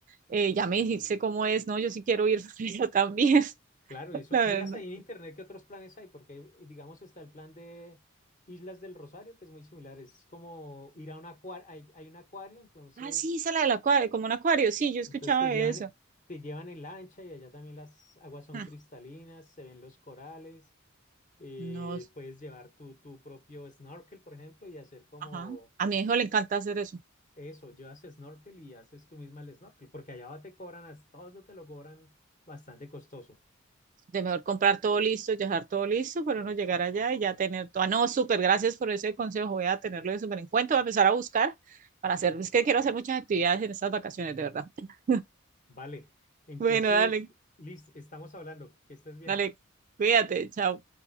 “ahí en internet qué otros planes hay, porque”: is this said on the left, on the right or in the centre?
Left